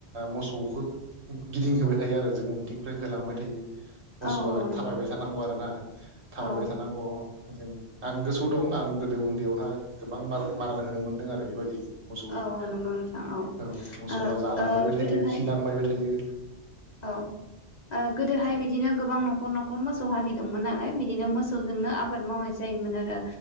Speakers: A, on the right; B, on the left.
A: मोसौखौ <unintelligible> गिदिं होबाय थायो आरो जों उनथिंनिफ्राय होलांबाय थायो मोसौआ
B: औ औ नंगौ
A: थाबायबाय थानांगौ आरो ना थाबायबाय
B: औ
A: थानांगौ ों आं गोसोआव दं आं गोदो उन्दैयावहााय गोबांार मारान होनो मोनदों आरो बेबायदि <unintelligible> मोसौजों
B: औ औ नंगौ नोंथां
A: औ मोसौआ
B: ओ
A: जालांबायबो
B: ओ गोदोहाय
A: थायो खिलांबायबो थायो
B: औ गोदोहाय बिदिनो गोबां न'खर न'खर मोसौ हारि दंमोन <inaudible> नालाय बिदिनो मोसौ जनो आबाद मावनाय जायोन आरो